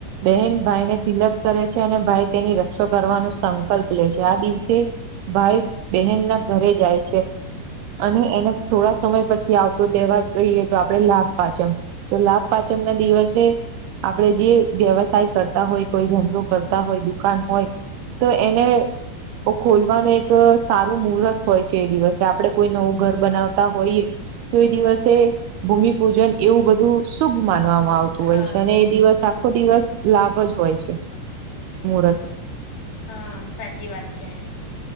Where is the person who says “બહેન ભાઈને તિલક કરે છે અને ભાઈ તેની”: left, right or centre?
Right